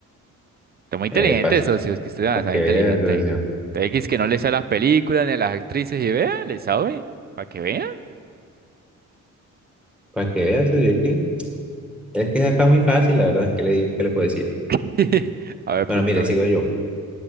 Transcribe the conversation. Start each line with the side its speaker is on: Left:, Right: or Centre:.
Right: Está muy inteligente,
Centre: Eh, pasa.
Right: socio, es que usted es demasiado
Centre: Para que
Right: inteligente.
Centre: vea eso, socio.
Right: Usted dice que no le sabe las películas ni a las actrices y vea, le sabe, para que vean.
Centre: Para que vea eso, es que, es que esa está muy fácil, la verdad, ¿qué le, digo- qué le puedo decir?
Right: <laughs> A ver, pregúntame.
Centre: Bueno, mire, sigo yo.